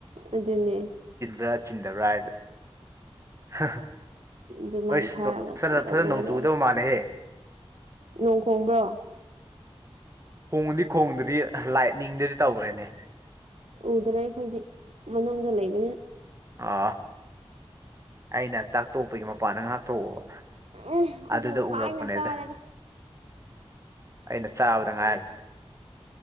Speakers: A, on the right (about 85°); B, on the right (about 30°).
A: ꯑꯗꯨꯅꯦ
B: ꯔꯥꯠꯆꯤꯟꯗ ꯔꯥꯠ ꯍꯥ ꯍꯥ
A: ꯑꯗꯨꯃꯥꯏꯅ
B: ꯍꯩꯁ
A: ꯊꯥꯔꯒ
B: ꯈꯔ
A: ꯑꯗꯨꯝ
B: ꯈꯔ
A: ꯇꯧꯅꯔ
B: ꯅꯣꯡ ꯆꯨꯗꯧꯕ
A: ꯂꯣꯏꯔꯦ
B: ꯃꯥꯜꯂꯦꯍꯦ
A: ꯅꯣꯡ ꯈꯣꯡꯕ꯭ꯔꯣ
B: ꯈꯣꯡꯕꯗꯤ ꯈꯣꯡꯗ꯭ꯔꯤ ꯂꯥꯏꯠꯅꯤꯡꯗꯗꯤ ꯇꯧꯔꯦꯅꯦ
A: ꯎꯗ꯭ꯔꯦ ꯑꯩꯈꯣꯏꯗꯤ ꯃꯅꯨꯡꯗ ꯂꯩꯕꯅꯤ
B: ꯑꯥ ꯑꯩꯅ ꯆꯥꯛ ꯇꯣꯛꯄꯒꯤ ꯃꯄꯥꯟꯗ ꯉꯥꯏꯍꯥꯛ ꯊꯣꯛꯎꯕ
A: ꯎꯝ ꯑꯈꯣꯏꯗꯤ
B: ꯑꯗꯨꯗ
A: ꯉꯁꯥꯏꯅ
B: ꯎꯔꯛꯄꯅꯦꯗ
A: ꯆꯥꯔꯦ
B: ꯑꯩꯅ ꯆꯥꯕꯗ ꯉꯥꯏꯔꯤ